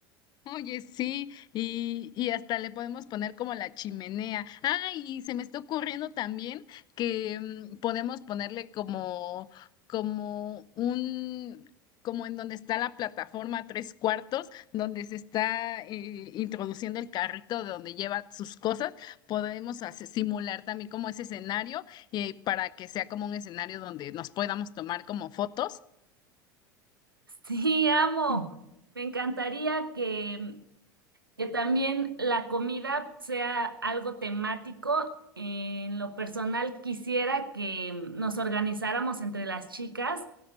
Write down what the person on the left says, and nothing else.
Oye, sí, y, y hasta le podemos poner como la chimenea. Ah, y se me está ocurriendo también que mm, podemos ponerle como, como un, como en donde está la plataforma tres cuartos, donde se está eh, introduciendo el carrito de donde lleva sus cosas, podemos hace- simular también como ese escenario eh, para que sea como un escenario donde nos podamos tomar como fotos.